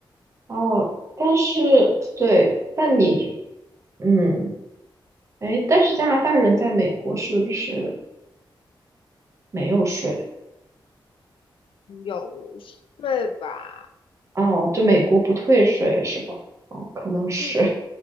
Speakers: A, on the right (about 35°); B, on the left (about 85°).
A: 哦，但是对，但你嗯，哎，但是加拿大人在美国是不是没有税？
B: <laughs> 有税吧？
A: 哦，就美国不退税是吧？哦，可能是，
B: 就